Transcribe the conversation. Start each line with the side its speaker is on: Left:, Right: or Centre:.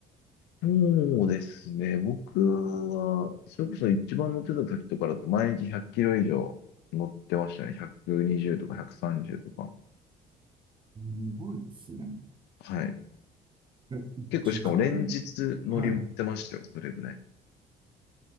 Left: そうですね。僕は、それこそ一番乗ってた時とかだと、毎日100キロ以上乗ってましたね。120とか130とか。
Right: すごいですね。
Left: はい。
Right: え、
Left: 結構しかも連日乗りってましたよ、
Right: 時間はい。あ
Left: それぐらい。